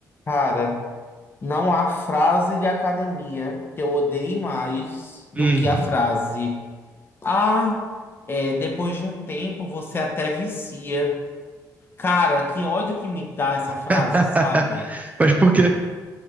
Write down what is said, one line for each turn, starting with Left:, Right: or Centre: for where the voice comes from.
Left: Cara, não há frase de academia que eu odeie mais do
Right: Hum.
Left: que a frase. Ah, é, depois de um tempo você até vicia. Cara, que ódio que me dá essa frase,
Right: <laughs>
Left: sabe?
Right: Mas por quê?